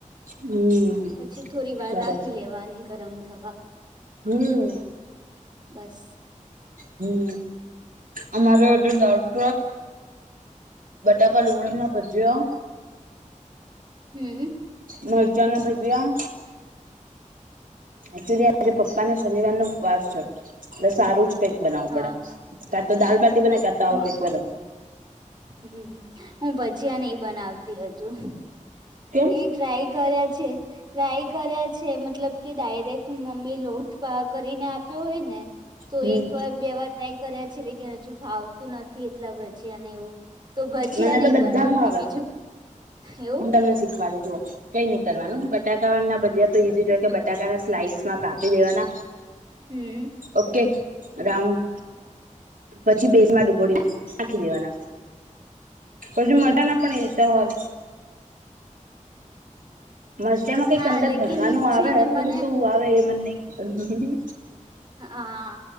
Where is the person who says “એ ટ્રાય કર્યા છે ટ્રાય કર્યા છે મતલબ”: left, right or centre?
Right